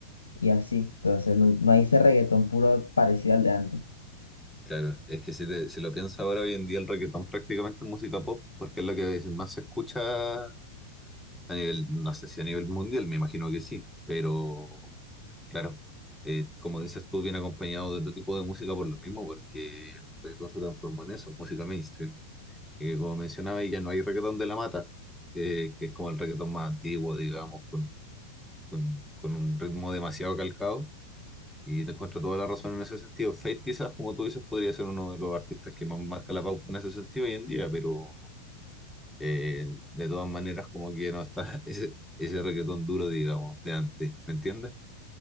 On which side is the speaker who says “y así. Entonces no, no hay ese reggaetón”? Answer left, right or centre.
Left